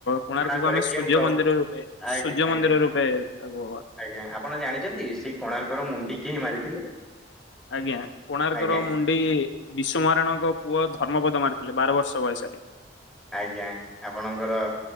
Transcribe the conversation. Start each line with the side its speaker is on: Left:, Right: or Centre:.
Left: କୋଣାର୍କ
Centre: କୋଣାର୍କରେ
Left: କୁ ଆମେ
Centre: କେଉଁ
Left: ସୂର୍ଯ୍ୟ
Centre: ପ୍ରଭୁ
Left: ମନ୍ଦିର ରୂପେ
Centre: ଆଜ୍ଞା
Left: ସୂର୍ଯ୍ୟ
Centre: ଆଜ୍ଞା
Left: ମନ୍ଦିର ରୂପେ ତାକୁ <unintelligible>
Centre: ଆଜ୍ଞା। ଆପଣ ଜାଣିଛନ୍ତି ସେହି କୋଣାର୍କର ମୁଣ୍ଡି <unintelligible> ମାରିଥିଲେ?
Left: ଆଜ୍ଞା କୋଣାର୍କର
Centre: ଆଜ୍ଞା
Left: ମୁଣ୍ଡ୍‌ <unintelligible> ବିଶ୍ୱ ମହାରଣା ଙ୍କ ପୁଅ ଧର୍ମପଦ ମାରିଥିଲେ ବାର ବର୍ଷ ବୟସରେ।
Centre: ଆଜ୍ଞା। ଆପଣଙ୍କର